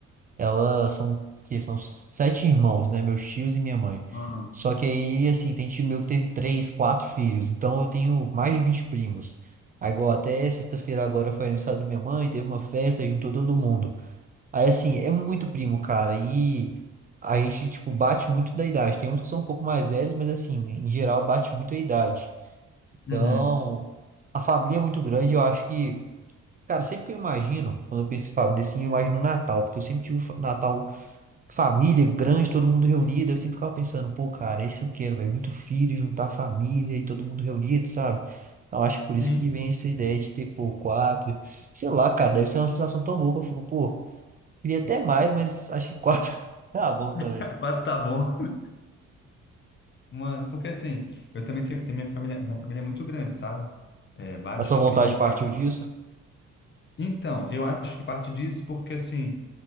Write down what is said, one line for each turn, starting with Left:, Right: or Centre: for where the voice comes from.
Right: elas são, que são sete irmãos, né? Meus tios e minha mãe.
Left: Aham.
Right: Só que aí, assim, tem tio meu que teve três, quatro filhos. Então eu tenho mais de 20 primos. Aí, igual até sexta-feira agora foi aniversário da minha mãe, teve uma festa e juntou todo mundo. Aí, assim, é muito primo, cara. E a gente, tipo, bate muito da idade. Tem uns que são um pouco mais velhos, mas, assim, em geral, bate muito a idade. Então,
Left: Uhum.
Right: a família é muito grande. Eu acho que, cara, sempre que eu imagino, quando eu penso em família, assim, eu imagino Natal, porque eu sempre tive fa- Natal, família grande, todo mundo
Left: Sim,
Right: reunido.
Left: sim.
Right: Eu sempre ficava pensando, pô, cara, isso eu quero, velho. Muito filho, juntar família e todo mundo reunido, sabe? Eu acho que por
Left: Sim.
Right: isso que vem essa ideia de ter, pô, quatro. Sei lá, cara, deve ser uma sensação tão boa que eu fico, pô. Queria até mais, mas acho que quatro <laughs> tá bom também.
Left: <laughs> Quatro tá bom. <laughs> Mano, porque assim, eu também tenho, tenho minha família, minha família é muito grande, sabe? É, vários
Right: A sua vontade
Left: primos.
Right: partiu disso?
Left: Então, eu acho que parte disso porque, assim,